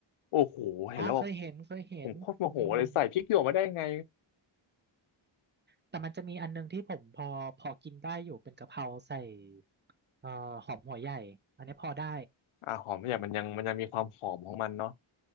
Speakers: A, on the left; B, on the right.
A: โอ้โหเห็นแล้วแบบ
B: อ๋อเคยเห็นเคยเห็นอืม
A: ผมโคตรโมโหเลยใส่พริกหยวกมาได้ไง
B: แต่มันจะมีอันนึงที่ผมพอพอกินได้อยู่เป็นกะเพราใส่เอ่อหอมหัวใหญ่อันนี้พอได้
A: อ่าหอมเนี่ยมันยังมันยังมีความหอมของมันเนาะ